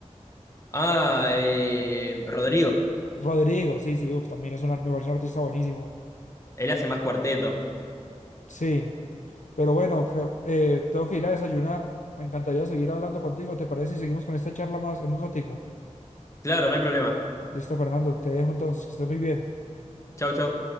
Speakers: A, on the left; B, on the left.
A: Ah, eh, Rodrigo.
B: Rodrigo, sí, sí, uff, también es un, ar- me parece un artista buenísimo.
A: Él hace más cuarteto.
B: Sí. Pero bueno, Fer, eh, tengo que ir a desayunar. Me encantaría seguir hablando contigo. ¿Te parece si seguimos con esta charla más en un ratico?
A: Claro, no hay problema.
B: Listo, Fernando, te dejo entonces, que estés muy bien.
A: Chau, chau.